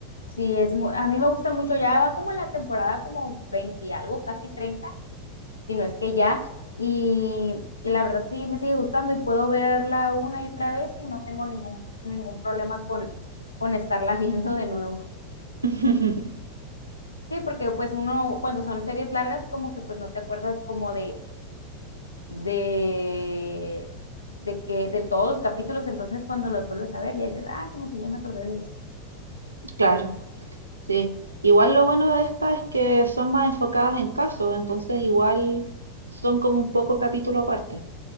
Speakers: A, on the left; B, on the right.
A: Sí, es mu- a mí me gusta mucho, ya va como en la temporada como 20 y algo, casi 30. si no es que ya, y, y la verdad sí me sigue gustando y puedo verla una y otra vez y no tengo ningún, ningún problema con, con estarla <laughs> viendo de nuevo.
B: <laughs>
A: Sí, porque pues uno cuando son series largas como que pues no te acuerdas como de, de que de todos los capítulos, entonces cuando los vuelves a ver ya dices, ah, como que ya me acordé de esto.
B: Claro, sí. Igual lo bueno de estas es que son más enfocadas en casos, entonces igual son como un poco capítulo aparte.